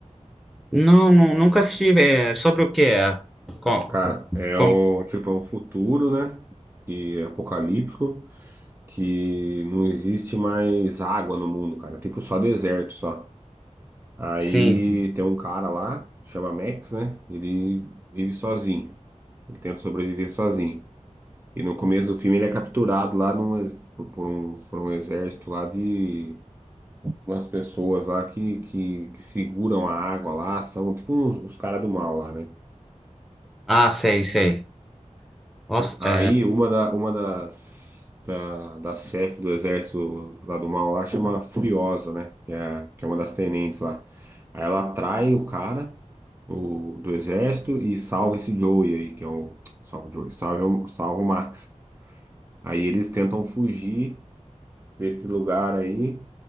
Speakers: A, in the centre; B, on the right.
A: não, não- nunca assisti. É, sobre o que é? Com,
B: Cara, é
A: com-
B: o tipo, é um futuro, né? E apocalíptico, que não existe mais água no mundo, cara. É Tipo, só deserto, só. Aí
A: sim.
B: tem um cara lá, chama Max, né? Ele vive sozinho. Ele tenta sobreviver sozinho. E no começo do filme ele é capturado lá num, ex- por por um, por um exército lá de umas pessoas lá que, que, que seguram a água lá, são tipo uns, os caras do mal lá, né?
A: Ah, sei, sei. Nossa,
B: Aí
A: é,
B: uma, da, uma das, da, das chefes do exército lá do mal lá chama Furiosa, né? Que é, que é uma das tenentes lá. Aí ela atrai o cara o, do exército e salva esse Joey aí, que é o. Salva o Joey, salva, o- salva o Max. Aí eles tentam fugir desse lugar aí